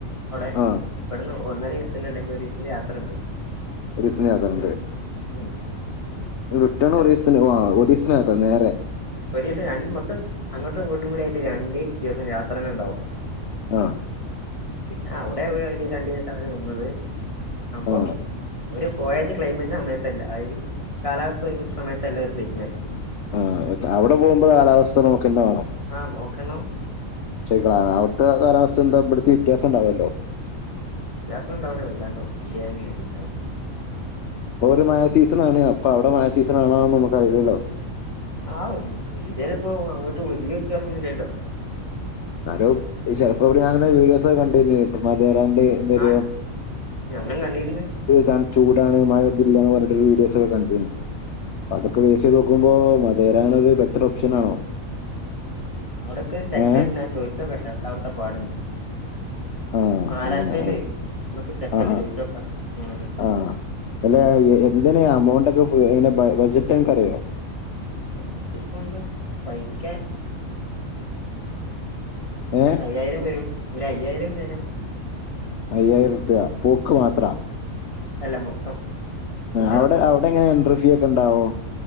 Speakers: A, on the left; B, on the left.
A: അവിടെ
B: ആഹ്
A: ഇവിന്ന ഒന്നര ദിവസത്തിന്റെ അല്ലങ്കിൽ ഒരു ദിവത്തിന്റെ യാത്ര ഉണ്ട്
B: ഒരു ദിവസംയാത്ര ട്
A: ഉം
B: റിട്ടൺ
A: എത്ര
B: ഒറീസന് ഒറീസ്ന്ത്ന് നേരെ
A: ഒരു ദിവസം രണ്ട് മൊത്തം അങ്ങോട്ടും ഇങ്ങോട്ടും കൂടി ആയിട്ട് രണ്ട് ദിവസം യാത്രകൾ ഉണ്ടാവും
B: ആഹ്
A: പിന്നെ അവിടെ അവിടെ അവര് സണ്ടി തട്ടാണ് നിന്നത് ആുമ്പം
B: ആ
A: അവര് പോയത് ക്ലൈമറ്റിന്റെ സമയത്തല്ല അവര് കാലാവസ്ഥ ഒരുമിച്ച സമയത്തല്ല അവര് പോയിക്ക്ണത്
B: ആ അവിടെ പോകുമ്പോ കാലാവസ്ഥ നോക്കട തണ്
A: ആഹ് നോക്കണം
B: ശ അവിടുത്തെ കാലാവസ്ഥ എന്താ ഇവിടുത്തെ വ്യയാസംണ്ടാവല്ലോ
A: വിതൃസം ഉണ്ടവുല വല്ലാണ്ടോനും ഇതനൊ എലം
B: അപ്പ ഒരു മഴ സീസൺ ആണ് അപ്പൊ അവിടെ മഴ സീസൺ ആണോന്ന് നുക്ക അറിയല്ലല്ലോ
A: ആഹ് ഇന്ത്യാല് ഇപ്പോ അങ്ങട്ട് വലിയ വ്യത്യാസം ഒന്നുമില്ലല്ലോ
B: എന്നാലും ചിലപ്പോപ്പ ഇവിടെ ഞാങ്ങ വീഡിയോസ ഒകൊ കണ്ട് കയിഞ്ഞലും രാണ്ട് എന്തോ
A: ആഹ് ഞാനും കണ്ടിരുന്നു
B: തണ ചൂടാണ് മായഒനും ഇല്ല എന്ന് പറഞ്ഞട്ടൊരു വീഡിയോസ് ഒക്ക കണ്ടിന്ന്. അ അതൊക്കെ വേസ്ത് നോക്കുമ്പോ മതരാനൊരു ബെറ്റർ ഓപ്ഷൻ ആണോ
A: അവിടക്കെ ഒരു ചെക്കൻ
B: ഏഹ്
A: ഞാൻ ചോയ്സൊക്കെ കേട്ടണ്ടോ എന്താ അവിട്ത്തെ പാട്
B: ആ
A: മഹാരാഷ്ട്രയിലേ
B: അങ്ങനെ ആ
A: നമ്മക്കൊരു ചൊക്കൻണ്ട്
B: ആ ആ
A: ചോദിച്ച നോക്കാം അവനോണ്ട്
B: ആഹ് അല്ല എന്തിനാ അമൗണ്ട് ഒക്കെ അ ബഡജറ്റ് അനക്ക് അറിയോ
A: പജററ് ഇപ്പത പൈക്ക
B: ഏഹ്
A: അയ്യായിരം വരും ഒരു അയ്യായിരം വരാൻ
B: അയ്യായിരം റുപൃ പോക്ക് മാത്ര
A: ഉം. അല്ല മൊത്തം ഫുഡടക്കം
B: അവിടെ അവിടെ എങ്ങനെ എൻറ്രർ ഫീ ഒക്കെ ഉണ്ടാവോ